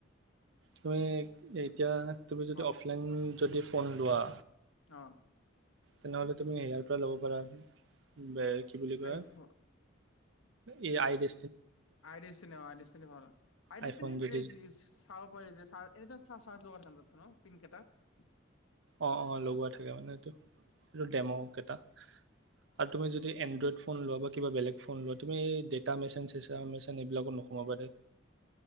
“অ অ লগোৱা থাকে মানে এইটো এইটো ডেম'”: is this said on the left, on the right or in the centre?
Right